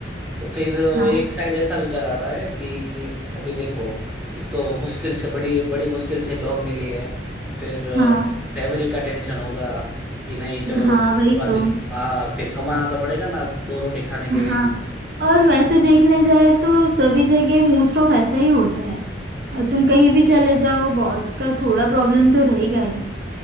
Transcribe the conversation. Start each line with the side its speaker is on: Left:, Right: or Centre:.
Centre: तो फिर
Right: हाँ
Centre: एक साइड ऐसा विचार आ रहा है कि अभी देखो एक तो मुश्किल से बड़ी बड़ी मुश्किल से जॉब मिली है फिर
Right: हाँ
Centre: फैमिली का टेंशन होगा कि नहीं चलो
Right: हाँ
Centre: पूरा
Right: वही तो
Centre: दिन हाँ फिर कमाना तो पड़ेगा ना दो रोटी खाने के
Right: हाँ
Centre: लिए भी
Right: और वैसे देखने जाए तो सभी जगह मोस्ट ऑफ ऐसा ही होता है अ, तुम कहीं भी चले जाओ बॉस का थोड़ा प्रॉब्लम तो रहेगा ही